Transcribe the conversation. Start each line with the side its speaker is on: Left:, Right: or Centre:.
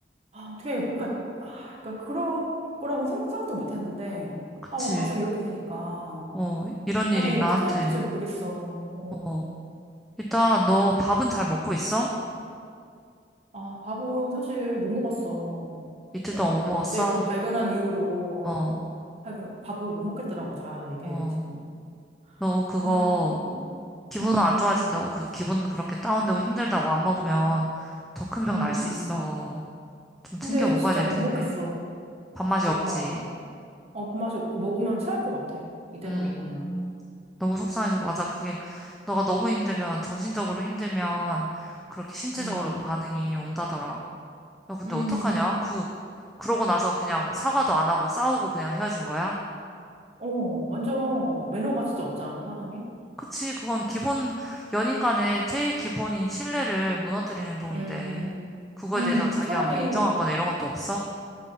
Right: 아, 어떻게, 그러니까, 아, 그러니까 그럴 거라고 생각도 못 했는데,
Centre: 그치.
Right: 아, 막 막상 이렇게 되니까,
Centre: 어, 이런 일이
Right: 아, 너무
Centre: 나한테.
Right: 어떻게 해야 될지 모르겠어. 어.
Centre: 어. 일단, 너 밥은 잘 먹고 있어?
Right: 아, 밥은 사실 못 먹었어.
Centre: 이틀
Right: 어,
Centre: 동안 못 먹었어?
Right: 그때 그 발견한 이후로,
Centre: 어,
Right: 어, 발견, 밥을 못 먹겠더라고, 자, 이게
Centre: 어.
Right: 지금.
Centre: 너 그거,
Right: 아, 그리고,
Centre: 기분
Right: 음,
Centre: 안 좋아진다고, 그 기분 그렇게 다운되고 힘들다고 안 먹으면 더 큰
Right: 음,
Centre: 병 날 수
Right: 음.
Centre: 있어. 좀
Right: 근데
Centre: 챙겨 먹어야
Right: 진짜
Centre: 될
Right: 못
Centre: 텐데.
Right: 먹겠어.
Centre: 밥맛이
Right: 진짜,
Centre: 없지.
Right: 어, 밥맛이 없고, 먹으면 체할 것 같아. 이대로
Centre: 음,
Right: 먹으면.
Centre: 너무 속상해서 맞아. 그게 너가 너무 힘들면 정신적으로 힘들면 그렇게 신체적으로도
Right: 음,
Centre: 반응이 온다더라. 야, 근데
Right: 음.
Centre: 어떡하냐? 그 그러고 나서 그냥 사과도 안 하고 싸우고 그냥 헤어진 거야?
Right: 어, 완전 매너가 진짜 없지 않아, 사람이?
Centre: 그치, 그건 기본 연인 간의 제일 기본인 신뢰를 무너뜨리는 행동인데
Right: 음,
Centre: 그거에
Right: 음,
Centre: 대해서 자기가
Right: 차라리,
Centre: 뭐 인정하거나 이런 것도 없어?